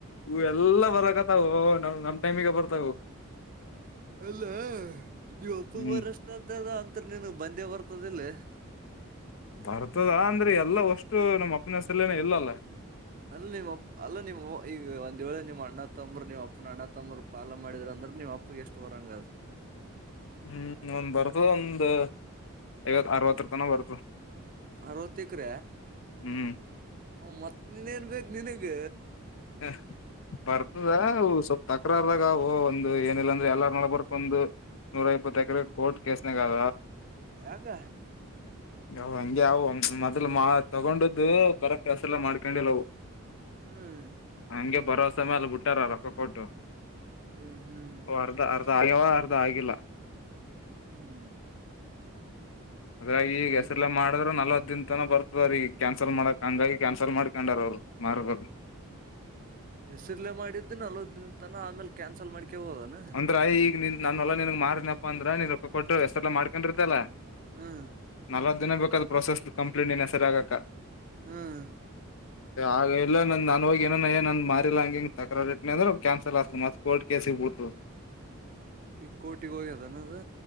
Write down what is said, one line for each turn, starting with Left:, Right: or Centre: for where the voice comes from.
Left: ಇವ್ ಎಲ್ಲಾ ಬರಕತ್ತವೋ ನಮ್ ನಮ್ ಟೈಮಿಗೆ ಬರ್ತಾವುವು.
Right: ಅಲ್ಲ ನೀಮ್ಮ ಅಪ್ಪಗ್
Left: ಹ್ಮ್
Right: ಬರಷ್ಟ ದ ಅಂತರ್ ನೀನಗ ಬಂದೇ ಬರ್ತದ ಇಲ್ಲ
Left: ಬರ್ತದ ಅಂದ್ರೆ ಎಲ್ಲಾ ವಷ್ಟು ನಮ್ಮ ಅಪ್ಪನ ಹೆಸರಲೇನ ಇಲ್ಲಲ್ಲ
Right: ಅಲ್ಲ ನಿಮ್ಮಪ್ಪ ಅಲ್ಲ ನಿಮ್ಮ ಈಗ ಒಂದ್ ವೇಳೆ ನಿಮ್ಮ ಅಣ್ಣ ತಂಬರು ನಿಮ್ಮ್ ಅಪ್ಪನ ಅಣ್ಣ ತಂಬರು ಪಾಲ ಮಾಡಿದ್ರ ಅಂದ್ರ ನಿಮ್ಮ ಅಪ್ಪಗ ಎಷ್ಟ್ ಬರಂಗಾದ
Left: ಹ್ಮ್ ಒಂದ್ ಬರ್ತ ಒಂದ್ ಐವತ್ತ್ ಅರವತ್ತರ ತನ ಬರ್ತದ್
Right: ಅರವತ್ತೇಕ್ರ
Left: ಹ್ಮ್
Right: ಹ್ಮ್ ಮತ್ ನಿನೆನ್ ಬೇಕ್ ನಿನಗ್
Left: ಹ ಬರ್ತದಾ ಅವು ಸೂಪ್ಪ ತಕ್ರಾರ್ದಾಗ ಯಾವೂ ಒಂದು ಏನಿಲ್ಲ ಅಂದ್ರ ಎಲ್ಲಾರ ನಡಬರಕ್ ಒಂದ್ ನೂರ ಇಪ್ಪತ್ತ್ ಎಕರೆ ಕೋರ್ಟ್ ಕೇಸನೆಗಾದ್
Right: ಯಾಕ್
Left: ಯವು ಹಂಗೆ ಆವು ಮೊದಲ್ ಮಾ ತಗೊಂಡ್ದು ಕರೆಕ್ಟ್ ಹಸೆರಲ್ಲೆ ಮಾಡ್ಕೊಂಡಿಲ್ಲವು
Right: ಹ್ಮ್
Left: ಹಂಗೆ ಬರೋಸೆ ಮ್ಯಾಲ್ ಬುಟ್ಟಾರ ರೊಕ್ಕ ಕೊಟ್ಟು
Right: ಹ್ಮ್ ಹ್ಮ್
Left: ಓ ಅರ್ಧ ಅರ್ಧ ಆಗ್ಯವ ಅರ್ಧ ಆಗಿಲ್ಲ
Right: ಹ್ಮ್ ಹ್ಮ್
Left: ಅದ್ರಾಗ ಈಗ
Right: ಅದಿ
Left: ಹೆಸ್ರಲ್ಲ ಮಾಡಿದ್ರ ನಲವತ್ತದ ದಿನ ತನ ಬರ್ತ ರಿಗ್ ಕ್ಯಾನ್ಸಲ್ ಮಾಡಕ್ ಹಂಗಾಗಿ ಕ್ಯಾನ್ಸಲ್ ಮಾಡ್ಕೊಂಡಾರ ಅವ್ರು ಮಾರಬೇಕ್
Right: ಹೆಸರ್ಲೆೇ ಮಾಡಿದ್ದು ನಲ್ವತ್ ದಿನ ತನ ಆಮೇಲೆ ಕ್ಯಾನ್ಸಲ್ ಮಾಡ್ಕೆಬಹುದನ್
Left: ದ್ರ ಈಗ ನಿನ್ ನನ್ ಹೊಲ ನಿನ್ಗ ಮಾರಿನನಪ್ಪ ಅಂದ್ರ ನೀನ್ ರೊಕ್ಕ ಕೊಟ್ಟ ಹೆಸರಲೇ ಮಾಡ್ಕಂಡಿರ್ತಿಲ್ಲ
Right: ಹ್ಮ್
Left: ನಲ್ವತ್ತ್ ದಿನ ಬೇಕಾದ್ ಪ್ರೋಸೆಸ್ ಕಂಪ್ಲೀಟ್ ನೀನ್ ಹೆಸರಾಗಕ
Right: ಹ್ಮ್
Left: ಆಗ ಇಲ್ಲ ನಂದ ನಾನ್ ಹೋಗಿ ಏನಾನ ನಂದ್ ಮಾರಿಲ್ಲ ಹಂಗ ಹಿಂಗ‌ ತಕ್ರಾರಟ್ನಿ ಅಂದ್ರ ಕ್ಯಾನ್ಸಲ್ ಆಗ್ತ ಮತ್ ಕೋರ್ಟ್ ಕೇಸಿಗೆ ಬಿಳತ್ತದ್
Right: ಈಗ ಕೋರ್ಟಿಗ್ ಹೋಗ್ಯದನ ಅದ್